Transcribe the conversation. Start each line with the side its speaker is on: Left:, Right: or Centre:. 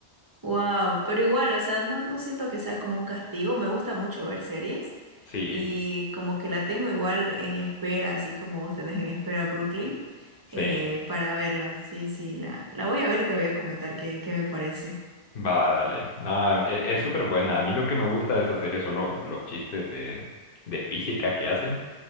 Right: Wow, pero igual, o sea, no, no siento que sea como un castigo, me gusta mucho ver series
Left: sí,
Right: y como que la tengo igual en espera, así como vos tenés en espera Brooklyn,
Left: sí.
Right: eh, para verla. Sí, sí, la, la voy a ver y te voy a comentar qué, qué me parece.
Left: Va, dale. No, e- es súper buena. A mí lo que me gusta de esa serie son lo- los chistes de, de física que hacen,